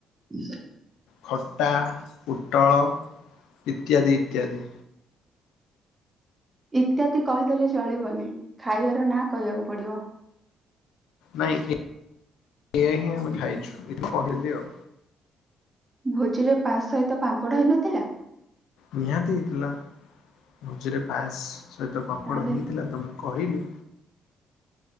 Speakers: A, on the right (about 20°); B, on the left (about 85°).
A: ହୁ <unintelligible>
B: ଖଟା ପୋଟଳ ଇତ୍ୟାଦି ଇତ୍ୟାଦି।
A: ଇତ୍ୟାଦି କହିଦେଲେ ଚଳିବନି ଖାଇବାର ନା କହିବାକୁ ପଡିବ।
B: ନାଇଁ ଏ ଏଇଆ ହିଁ ଆମେ ଖାଇଛୁ ଏଠି କହିଲି ଆଉ।
A: ଭୋଜିରେ ପାସ୍ ସହିତ ପାମ୍ପଡ ହେଇନଥିଲା?
B: ନିହାତି ହେଇଥିଲା ଭେଝିରେ ପାଏସ୍ ସହିତ ପାମ୍ପଡ଼
A: ତାହେଲେ
B: ହେଇଥିଲା ତ ମୁଁ କହିଲି।